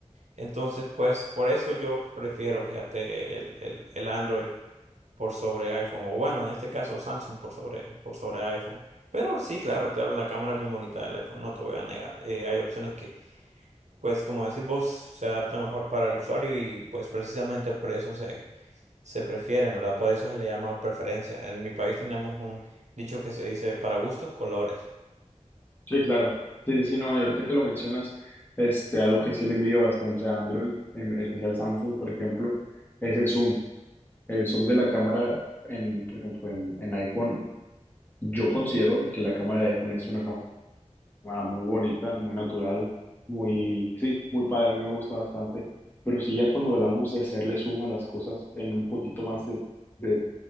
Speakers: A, on the right; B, on the left.
A: Entonces, pues por eso yo prefiero, fíjate, el, el- el Android por sobre iPhone, o bueno, en este caso Samsung por sobre, por sobre iPhone. Pero sí, claro, claro, la cámara es bien bonita del iPhone, no te voy a negar. Eh, hay opciones que, pues como decís vos, se adapta mejor para el usuario y pues precisamente por eso se, se prefieren, ¿verdad? Por eso se le llama preferencia. En mi país tenemos un dicho que se dice para gustos, colores.
B: Sí, claro. Sí, sí, sí, no, y ahorita que lo mencionas, este, algo que sí le envidio bastante a Android, en especial Samsung, por ejemplo, es el zoom. El zoom de la cámara en, por ejemplo, en, en iPhone, yo considero que la cámara de iPhone es una cámara muy bonita, muy natural, muy, sí, muy padre, a mí me gusta bastante, pero sí ya cuando hablamos de hacerle zoom a las cosas en un poquito más de, de